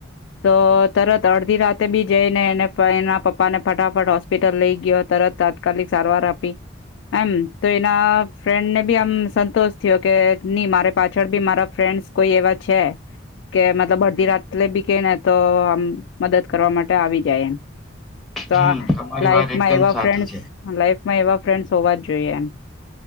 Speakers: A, on the left; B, in the centre.
A: તો તરત અડધી રાતે બી જઈને એને ભાઈના પપ્પાને ફટાફટ હોસ્પિટલ લઈ ગયો તરત તાત્કાલિક સારવાર આપી એમ તો એના ફ્રેન્ડને બી આમ સંતોષ થયો કે ની મારે પાછળ બી મારા ફ્રેન્ડસ કોઈ એવા છે કે મતલબ અડધી રાત બી કે ને તો આમ મદદ કરવા માટે આવી જાય એમ. તો
B: હમ
A: આ
B: તમારી
A: લાઈફમાં
B: વાત એકદમ
A: એવા
B: સાચી
A: ફ્રેન્ડસ
B: છે
A: લાઈફ માં એવા ફ્રેન્ડસ હોવા જ જોઈએ એમ